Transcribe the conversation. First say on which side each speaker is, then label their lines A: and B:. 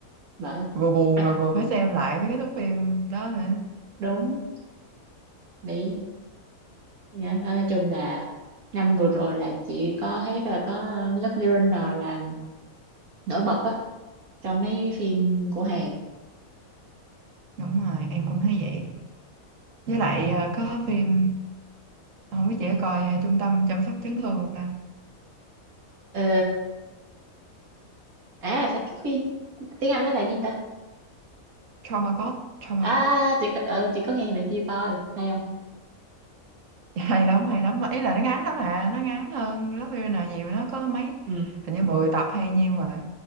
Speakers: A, on the right (about 75°); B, on the right (about 65°).
A: bởi
B: vừa buồn
A: à,
B: mà vừa phải xem lại mấy cái thước phim đó nữa
A: đúng nghĩ nói nói chung là năm vừa rồi là chị có thấy là có Lovely Runner là nổi bật á trong mấy cái phim của Hàn
B: đúng rồi em cũng thấy vậy với lại ờ, có phim không biết chị có coi ờ, trung tâm chăm sóc chấn thương không ta
A: ờ... à phải cái phim tiếng Anh nó là gì ta
B: trauma code trauma
A: à
B: code
A: chị có, ừ, chị có nghe như vậy chưa coi hay không
B: Dạ, <laughs> hay lắm hay lắm ý là nó ngắn lắm à nó ngắn hơn lớp Villainer nhiều nó có mấy
A: ừ,
B: hình như 10 tập hay nhiêu mà